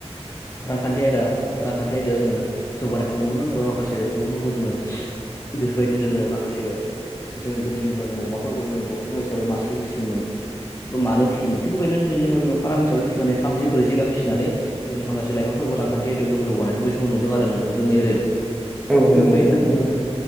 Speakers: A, on the left; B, in the centre.
A: रांखान्थि आयदा रांखान्थि आयदायाव जोङो जौगानायखौ नुनो मोनदों एबा माखासे सुबुंफोरखौ जोङो बेफोरबायदिनो जोङो माखासे जोङो गोदोनि दिनाव जोङो अमाफोरखौ जोङो बर' समाज हिसाबै मासेबो फिसियोन सोरबा मानै फिसियोमोन। थिग बेबायदिनो दिनैनि दिनाव जोङो फाराम हिसाबै फिनानै थामजि ब्रैजि गाहाम फिसिनानै जोंनि माखासे लाइमोनफोरखौ रांखानथि आयदायाव जों जौगानायखौ बे समाव नुदों आरो नोंथां जोंनि एरिया आव।
B: औ
A: थिग
B: नंगौ
A: बेबायदिनो
B: नोंथां
A: जोङो